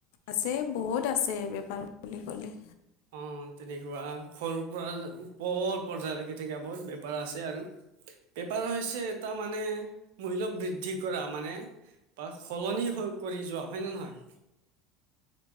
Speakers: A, on the left (about 75°); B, on the right (about 75°).
A: আছে বহুত আছে বেপাৰ বুলি ক'লে।
B: অ', তেনেকুৱা সৰুৰ পৰা ওপৰত পৰ্যালৈকে তেনেকা বহুত বেপাৰ আছে আৰু। বেপাৰ হৈছে এটা মানে মূল্য বৃদ্ধি কৰা মানে বা সলনি হৈ কৰি যোৱা, হয় নে নহয়?